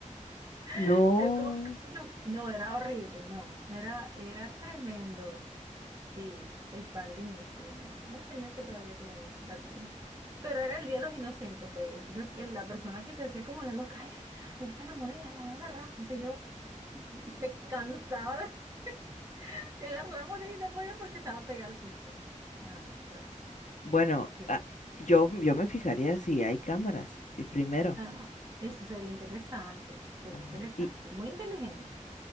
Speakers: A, on the left; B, on the right.
A: No,
B: <laughs> él como que, no, no, era horrible, no, era, era tremendo. Sí, El Padrino se llama él, un señor que todavía tiene la tienda. Pero era el Día de los Inocentes, pues. Entonces, el- la persona que se hacía como la loca, "Ay, ahí está la moneda, la voy a agarrar, qué sé yo. Se cansaba de <laughs> de agarrar la moneda y no podía porque estaba pegada al piso. Ay, Dios.
A: bueno,
B: Qué-
A: ah, yo, yo me fijaría si hay cámaras, y primero.
B: Ah, eso sería interesante, sería
A: Ujú.
B: interesante.
A: Y,
B: Muy inteligente.